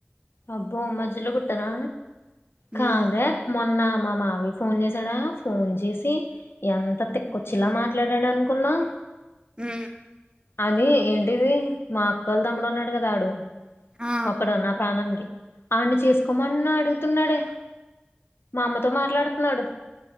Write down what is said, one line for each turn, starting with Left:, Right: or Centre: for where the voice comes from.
Left: అబ్బో మ్జలో పుట్టారా
Right: హ్మ్
Left: కాదే మొన్న మా మావయ్య ఫోన్ చేసాడా ఫోన్ చేసి ఎంత తిక్కొచ్చిలా మాట్లాడాడు అనుకున్నా
Right: ఉ
Left: అది ఏంటిది మా అక్కకోలా తమ్ముడు ఉన్నాడు కదాడు
Right: ఆ
Left: ఒకడు నా నానికి ఆన్ని చేసుకోమని అడుగుతున్నాడే మా అమ్మతో మాట్లాడుతున్నాడు